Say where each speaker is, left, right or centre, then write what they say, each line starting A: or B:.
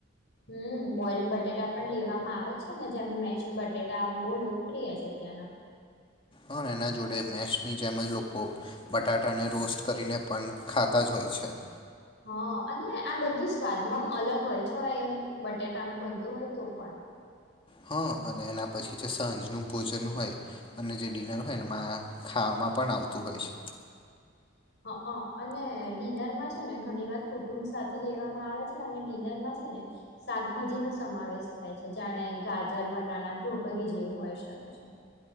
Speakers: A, on the left (about 60°); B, on the left (about 25°).
A: હમ્મ બોઈલ બટેટા પણ લેવામાં આવે છે ને જેમ મેશ બટેટા બોહ લોકપ્રિય છે ના ના
B: હ એના જોડે મેસની જેમ જ લોકો બટાટાને રોસ્ટ કરીને પણ ખાતા જ હોય થઈ છે <inaudible>
A: હા અને આ બધું સ્વાદમાં અલગ હોય છે એમ બટેટાનું બનતું હોય તો પણ
B: હ અને એના પછી જે સાંજ ન ભોજન હોય અને જે ડિનર હોય એમાં ખા માં પણ આવતું હોય છે
A: <inaudible> <inaudible> હ અને ડિનરમાં છે ને ઘણી વાર કુટુંબ સાથે લેવામાં આવે છે અને ડિનરમાં છે ને શાકભાજી નો સમાવેશ થાય છે જાણે ગાજર વટાણા બ્રોકલી જેવું હોય શકે છે હ <inaudible>